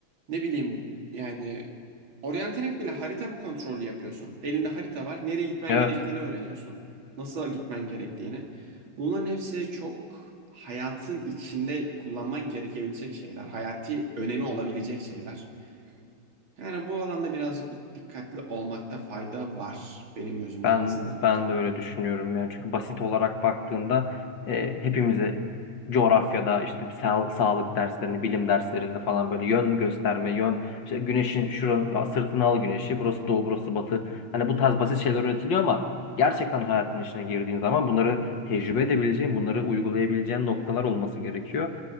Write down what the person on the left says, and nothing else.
Evet,
ben
ben de öyle düşünüyorum yani çünkü basit olarak baktığında e, hepimize coğrafyada işte sa- sağlık derslerinde, bilim derslerinde falan böyle yön gösterme, yön işte güneşin şuranın ya sırtına al güneşi, burası doğu, burası batı. Hani bu tarz basit şeyler öğretiliyor ama gerçekten hayatın içine girdiğin zaman bunları tecrübe edebileceğin, bunları uygulayabileceğin noktalar olması gerekiyor.